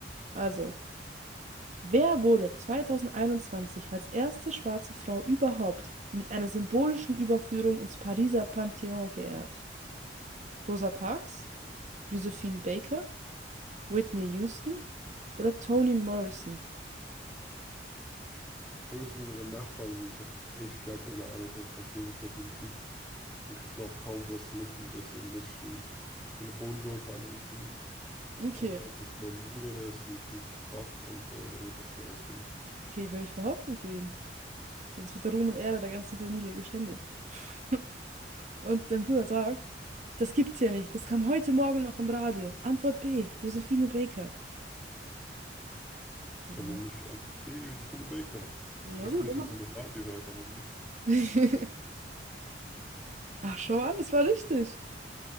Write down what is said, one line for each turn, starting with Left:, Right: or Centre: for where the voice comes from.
Right: Also,
Centre: Okay, okay.
Right: wer wurde 2021 als erste schwarze Frau überhaupt mit einer symbolischen Überführung ins Pariser Pantheon geehrt? Rosa Parks, Josephine Baker, Whitney Houston oder Toni Morrison?
Centre: Obwohl es unsere Nachbarn sind, ich habe echt gar keine Ahnung von französischer Politik und kriege auch kaum was mit und deswegen muss ich einen Telefonjoker anrufen.
Right: Okay,
Centre: Äh, das ist mein Bruder, der ist ein Politik-Buff und äh, der wird das schon rausfinden.
Right: okay, will ich behaupten für ihn. Sonst wird der Ruhm und Ehre der ganzen Familie geschändigt. <laughs> Und dein Bruder sagt, das gibt's ja nicht. Das kam heute Morgen noch im Radio. Antwort B, Josephine Baker. Mhm.
Centre: Dann nehme ich Antwort B, Josephine Baker.
Right: Na
Centre: Ich wusste
Right: gut,
Centre: nicht,
Right: immer.
Centre: dass er noch Radio hört, aber gut.
Right: <laughs> Ach, schau an, das war richtig.